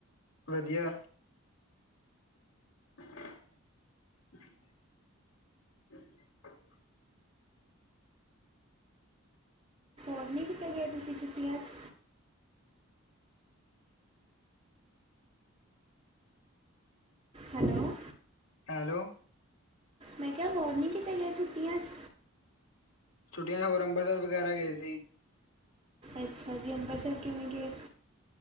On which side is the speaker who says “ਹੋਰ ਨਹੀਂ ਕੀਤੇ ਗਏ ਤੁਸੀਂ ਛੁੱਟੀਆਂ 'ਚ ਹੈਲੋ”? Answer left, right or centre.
Right